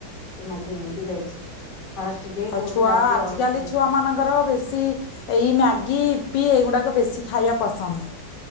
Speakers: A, on the left; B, on the left.
A: ସେ ମ୍ୟାଗି ନେଇକି ଯାଇଛି। ଫାଷ୍ଟ ଡେ
B: ଅ
A: କହୁଥିଲା
B: ଛୁଆ
A: ଆଜି
B: ଆଜିକାଲି
A: ଅଫ୍ ଡେ
B: ଛୁଆ ମାନଙ୍କର ବେଶୀ ଏଇ ମ୍ୟାଗି ପି ଏଇଗୁଡ଼ାକ ବେଶୀ ଖାଇବା ପସନ୍ଦ।